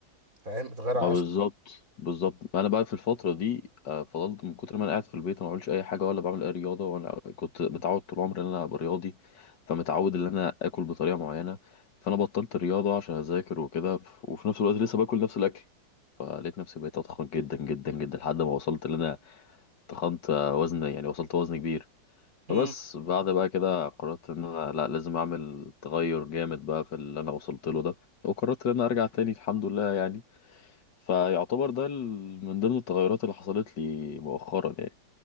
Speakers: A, on the right; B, on the left.
A: فاهم؟ تغيرها
B: ما بالظبط
A: أصلا
B: بالظبط انا بقى في الفتره دي آه، فضلت من كتر ما انا قاعد في البيت أنا ما بعملش اي حاجه ولا بعمل اي رياضه وانا كنت متعود طول عمري ان انا ابقى رياضي فمتعود ان انا اكل بطريقه معينه فانا بطلت الرياضه عشان اذاكر وكده ف- وفي نفس الوقت لسه باكل نفس الاكل فلقيت نفسي بقيت اتخن جدا جدا جدا لحد ما وصلت ان انا تخنت آه، وزن يعني وصلت وزن كبير
A: مم.
B: فبس بعد بقى كده قررت ان انا لا لازم اعمل تغير جامد بقى في اللي انا وصلت له ده وقررت ان انا ارجع تاني الحمد لله يعني فيعتبر ده ال- من ضمن التغيرات اللي حصلت لي مؤخرا يعني